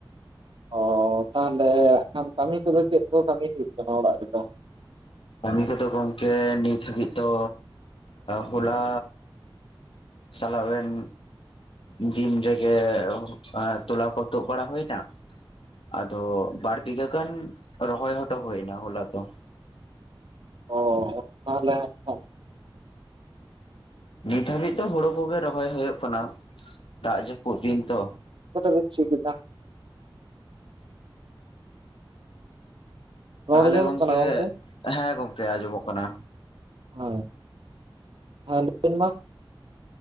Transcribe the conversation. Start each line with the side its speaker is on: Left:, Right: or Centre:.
Right: ᱚᱻ ᱛᱟᱦᱚᱞᱮ ᱠᱷᱟᱱ ᱠᱟᱢᱤ ᱠᱚᱫᱚ ᱪᱮᱫ ᱠᱚ ᱠᱟᱢᱤ ᱦᱩᱭᱩᱜ ᱠᱟᱱᱟ ᱚᱲᱟᱜ ᱨᱮᱫᱚ?
Left: ᱠᱟᱢᱤ ᱠᱚᱫᱚ ᱜᱚᱝᱠᱮ ᱱᱤᱛ ᱦᱟᱹᱵᱤᱡ ᱫᱚ ᱦᱚᱞᱟᱼᱼ ᱪᱟᱞᱟᱣᱮᱱᱼᱼ ᱫᱤᱱ ᱨᱮᱜᱮ ᱮᱸ ᱛᱚᱞᱟ ᱠᱚ ᱛᱩᱜ ᱵᱟᱲᱟ ᱦᱚᱭ ᱱᱟ᱾ ᱟᱫᱚ ᱵᱟᱨ ᱵᱤᱜᱷᱟᱹ ᱜᱟᱱ ᱨᱚᱦᱚᱭ ᱦᱚᱴᱚ ᱦᱚᱭ ᱱᱟ ᱦᱚᱞᱟ ᱫᱚ᱾
Right: ᱚᱻ ᱛᱟᱦᱚᱞᱮ ᱠᱷᱟᱱᱼᱼ
Left: ᱱᱤᱛ ᱦᱟᱹᱵᱤᱡ ᱫᱚ ᱦᱳᱲᱳ ᱠᱚᱜᱮ ᱨᱚᱦᱚᱭ ᱦᱚᱭᱚᱜ ᱠᱟᱱᱟ ᱫᱟᱜ ᱡᱟᱹᱯᱩᱜ ᱫᱤᱱ ᱛᱚ᱾
Right: ᱪᱤᱠᱟᱹᱛᱮ ᱵᱮᱱ ᱪᱷᱤ ᱠᱮᱫᱟ? ᱨᱚᱲ
Left: ᱛᱟᱦᱚᱞᱮ
Right: ᱟᱸᱡᱚᱢᱚᱜ
Left: ᱜᱚᱢᱠᱮ
Right: ᱠᱟᱱᱟ ᱜᱚᱝᱠᱮ?
Left: ᱦᱮᱸ ᱜᱚᱢᱠᱮ ᱟᱸᱡᱚᱢᱚᱜ ᱠᱟᱱᱟ᱾
Right: ᱦᱚᱭ ᱦᱮᱸ ᱞᱮᱱ ᱢᱟ?